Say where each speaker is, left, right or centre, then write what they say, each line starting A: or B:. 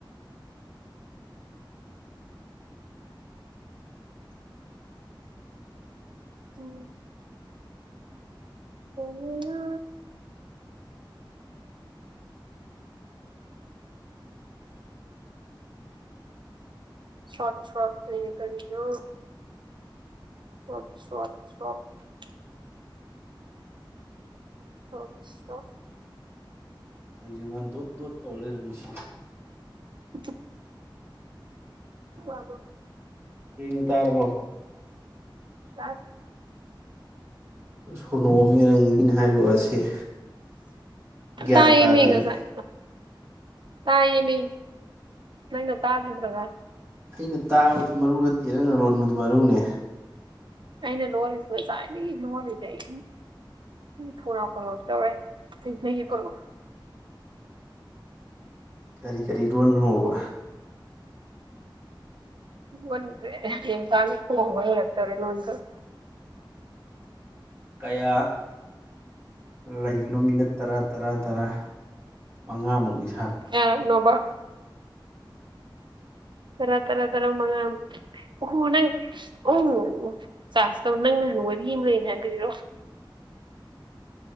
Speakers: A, on the right (about 65°); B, on the right (about 30°).
A: ꯎ ꯑꯣꯅ ꯁꯠ ꯁꯠ ꯀꯅꯣ ꯁ ꯁꯠ ꯁ <unintelligible> ꯑ
B: ꯀꯔꯤꯅꯣ ꯃꯥ ꯗꯣꯠ ꯗꯣꯠ ꯇꯧ ꯂꯩꯔꯝꯃꯤꯁꯤ
A: ꯑꯣꯀꯦ ꯋꯥ
B: ꯁꯦꯡꯅ ꯇꯥꯔꯕꯣ
A: ꯆꯥꯛ
B: ꯁꯣꯅꯣꯑꯝꯅꯤ ꯅꯪ ꯃꯤꯅ ꯍꯥꯏꯔꯤ ꯋꯥꯁꯤ ꯒ꯭ꯌꯥꯟ
A: ꯇꯥꯌꯦꯃꯤ
B: ꯇꯥꯗꯦꯅ
A: ꯉꯁꯥꯏ ꯇꯥꯌꯦꯃꯤ ꯅꯪ ꯇꯥꯗ꯭ꯔꯒ
B: ꯑꯩꯅ ꯇꯥꯕꯗꯨ ꯃꯔꯨ ꯅꯠꯇꯦ ꯅꯪꯅ ꯂꯣꯟꯕꯗꯨ ꯃꯔꯨꯅꯦ
A: ꯑꯩꯅ ꯂꯣꯜꯂꯤꯁꯤ ꯉꯁꯥꯏꯗꯒꯤ ꯂꯣꯜꯂꯤꯅꯤ ꯑꯩ ꯈꯧꯅꯥꯎ ꯀꯪꯉꯛꯗꯧꯔꯦ ꯁꯤ ꯅꯒꯤ ꯄꯨꯔꯛ
B: ꯀꯔꯤ ꯀꯔꯤ ꯂꯣꯟꯈ꯭ꯔꯣꯕ
A: ꯎ꯭ꯔꯦ ꯌꯦ ꯀꯥꯕ ꯂ ꯇꯔ ꯅꯣꯟ <unintelligible>
B: ꯀꯌꯥ ꯂꯩꯕꯅꯣ ꯃꯤꯅꯠ ꯇꯔꯥ ꯇꯔꯥ ꯇꯔꯥ ꯃꯉꯥꯃꯨ ꯁꯥ
A: ꯌꯥꯔꯛꯅꯣꯕ ꯇꯔꯥ ꯇꯔꯥ ꯇꯔꯥ ꯃꯉꯥ ꯑꯣꯍꯣ ꯅꯪ ꯎꯝ ꯆꯥꯥꯁ ꯇꯧ ꯅꯪ ꯅꯍꯥꯟ ꯋꯥꯔꯤ ꯑꯃ ꯂꯩꯅꯦ ꯍꯥꯏ ꯂꯩꯔꯣ